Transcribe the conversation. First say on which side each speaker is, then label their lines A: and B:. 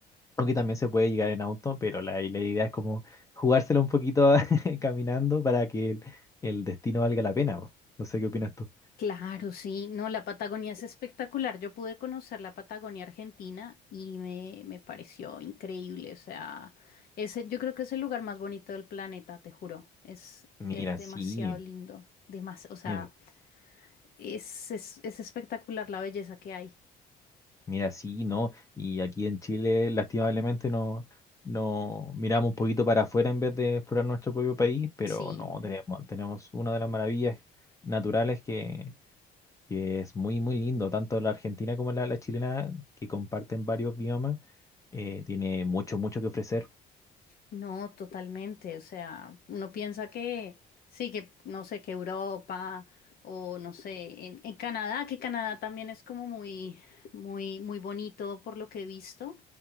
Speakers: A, on the left; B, on the left.
A: aunque también se puede llegar en auto, pero la, la idea es como jugárselo un poquito <laughs> caminando para que el, el destino valga la pena. po. No sé qué opinas tú.
B: Claro, sí. No, la Patagonia es espectacular. Yo pude conocer la Patagonia Argentina y me, me pareció increíble. O sea, ese, yo creo que es el lugar más bonito del planeta, te juro. Es,
A: Mira,
B: es demasiado
A: sí.
B: lindo. Demas- o sea,
A: em,
B: es, es, es espectacular la belleza que hay.
A: Mira, sí, ¿no? Y aquí en Chile, lastimablemente, no, no miramos un poquito para afuera en vez de explorar nuestro propio país, pero
B: Sí.
A: no, tenemos, tenemos una de las maravillas naturales que, que es muy, muy lindo, tanto la argentina como la, la chilena, que comparten varios biomas, eh, tiene mucho, mucho que ofrecer.
B: No, totalmente. O sea, uno piensa que sí, que no sé, que Europa o no sé, en, en Canadá, que Canadá también es como muy, muy, muy bonito por lo que he visto.